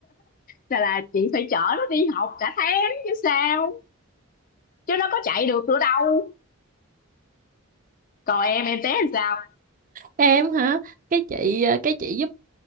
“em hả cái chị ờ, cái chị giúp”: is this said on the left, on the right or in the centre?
Right